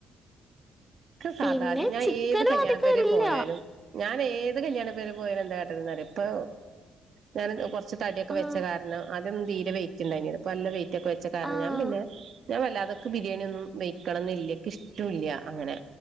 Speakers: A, on the right (about 60°); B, in the centre.
A: സാധാ
B: പിന്നെ
A: ഞാൻ
B: ചിക്കനും
A: ഏത് കല്യാണ
B: അധികം
A: പേരെ
B: ഇല്ല
A: പോയാലും ഞാൻ ഏത് കല്യാണ പേര് പോയാല എന്ത കേട്ടിരുന്ന ഇപ്പൊ ഞാൻ പച്ച തടിയൊക്കെ
B: ആഹ്
A: വെച്ച കാരണം അതൊ തീരെ വെറ്റ് ഉണ്ടായി അ നല്ല വെ കുറ്റൊക്കെ വെച്ച കാര
B: ആഹ്
A: ഞൻ പിന്നെ ഞാൻ വല്ലാതൊക്കെ ബിരിയാണി ഒന്നും വെക്കണംില്ലേ ഇഷ്ടില്ല അങ്ങനെ